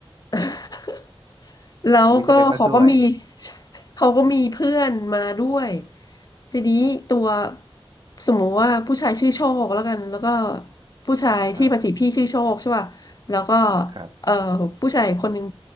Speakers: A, on the left; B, on the right.
A: <laughs> แล้วก็เขาก็มี
B: วิแสดงว่าสวย
A: <laughs> เขาก็มีเพื่อนมาด้วยทีนี้ตัวสมมติว่าผู้ชายชื่อโชคแล้วกันแล้วก็ผู้ชายที่มาจีบพี่ชื่อโชคใช่ป่ะแล้วก็
B: ครับครับ
A: เอ่อผู้ชายคนหนึ่ง